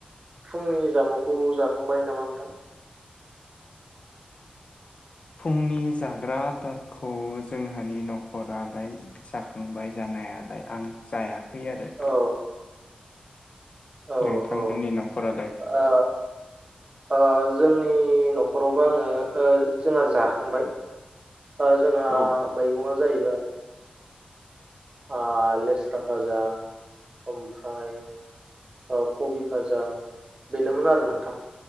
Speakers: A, on the right (about 35°); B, on the left (about 40°).
A: फुंनि जामुंखौ जाखांबाय नामा नोंथां?
B: फुंनि जाग्रा आदारखौ जोंहानि नख'रालाय जाखांबाय जानायालाय आं जायाखै आरो।
A: औ औ
B: नोंथांमोननि
A: औ
B: न'खरालाय?
A: ओ ओ जोंनि न'खरावबो आङो ओ जोंहा जाखांबाय। ओ जोंहा
B: औ
A: मैगंआ जाहैबाय ओ लेस्रा भाजा ओमफ्राय ओ कबि भाजा बेनोमोन आरो नोंथां।